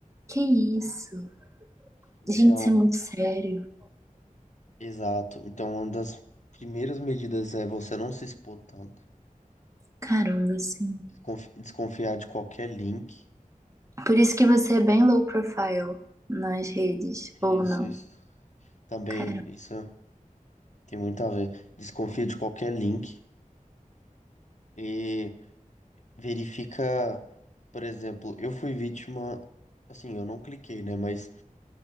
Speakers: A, on the right (about 20°); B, on the left (about 60°).
A: Que isso?
B: Então,
A: Gente, isso é muito sério.
B: exato. Então, uma das primeiras medidas é você não se expor tanto.
A: Caramba, sim.
B: Desconfi- Desconfiar de qualquer link.
A: Por isso que você é bem low profile nas redes,
B: Isso,
A: ou não?
B: isso. Também,
A: Caramba.
B: isso tem muito a ver. Desconfia de qualquer link e verifica, por exemplo, eu fui vítima, assim, eu não cliquei, né? Mas,